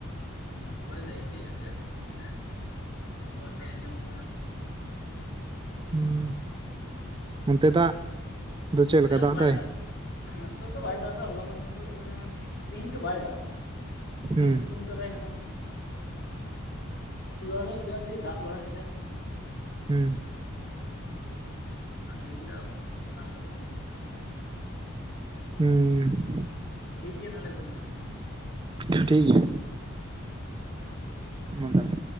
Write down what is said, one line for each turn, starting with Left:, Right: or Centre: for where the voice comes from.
Left: ᱦᱩᱸ ᱦᱚᱭᱫᱟᱭ ᱥᱮ ᱟᱹᱰᱤ ᱟᱸᱴ ᱥᱮ ᱦᱚᱭ ᱟᱸᱡᱚᱢᱚᱜ ᱠᱟᱱᱟ᱾
Right: ᱦᱩᱸ ᱚᱱᱛᱮ ᱫᱟᱜᱽ ᱫᱚ
Left: ᱱᱚᱛᱮ
Right: ᱪᱮᱜ ᱞᱮᱠᱟ
Left: ᱦᱚᱸ
Right: ᱫᱟᱜᱽ
Left: ᱵᱟᱭ
Right: ᱫᱟᱭ?
Left: ᱫᱟᱜ ᱮᱫᱟ ᱱᱤᱛᱚᱜ ᱫᱚ ᱵᱟᱭ ᱫᱟᱜᱽ ᱫᱟ ᱦᱚᱞᱟ ᱢᱟᱸᱫᱷᱮᱨ ᱠᱷᱚᱭ ᱟᱸ ᱛᱮᱦᱤᱧ ᱫᱚ ᱵᱟᱭ ᱫᱟᱜᱽ ᱫᱟ ᱮᱢᱱᱮ
Right: ᱦᱩᱸ
Left: ᱥᱤᱛᱩᱝ ᱠᱟᱫᱟᱭ ᱦᱚᱸᱜᱼᱚᱭ ᱦᱚᱞᱟᱱᱚᱜ ᱡᱟᱜᱮ ᱫᱟᱜᱽ ᱵᱟᱲᱟ ᱠᱮᱫᱟ᱾
Right: ᱦᱩᱸ,
Left: ᱦᱩᱸ ᱦᱟᱸ ᱛᱮᱦᱤᱧ ᱫᱚ ᱫᱟᱜᱽ ᱫᱚ ᱵᱟᱱᱩᱜ
Right: ᱦᱩᱸ
Left: ᱴᱷᱤᱠ ᱜᱮᱭᱟ ᱛᱟᱦᱚᱞᱮ ᱜᱚᱝᱠᱮ,
Right: ᱴᱷᱤᱠ ᱜᱮᱭᱟ᱾ ᱢᱟ ᱛᱟᱦᱚᱞᱮ